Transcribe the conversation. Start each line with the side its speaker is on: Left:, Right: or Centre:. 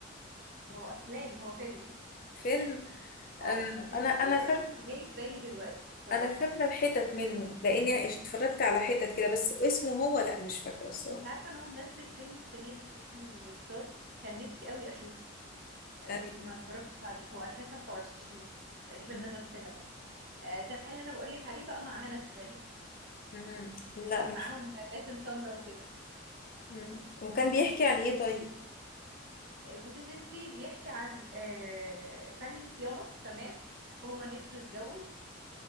Right: هو افلام هو فيلم
Left: فيلم آه،
Right: اه بس
Left: انا
Right: اسمه
Left: انا
Right: اسمه
Left: فاكره
Right: مش جاي في بالي دلوقتي صراحة
Left: انا فاكره
Right: يعني
Left: الحتت منه لاني اتفرجت على حتت كده بس اسمه هو لا مش فاكره الصراحه
Right: انت عارفة ان هو منزل فيلم السنة دي اسمه ريستارت كان نفسي قوي اشوفه
Left: أيوة.
Right: بس ما اتفرجتش عليه هو 2025 تقريبا
Left: مم.
Right: نزل سينما آه، ده اللي انا بقولك عليه بقى مع هنا الزاهد
Left: مم. لا
Right: كان
Left: مش
Right: معاهم باسم سمرة وكده
Left: مم. وكان بيحكي عن ايه طيب
Right: آه، بوسي ستي بيحكي عن آه، فني صيانة تمام هو نفسه يتجوز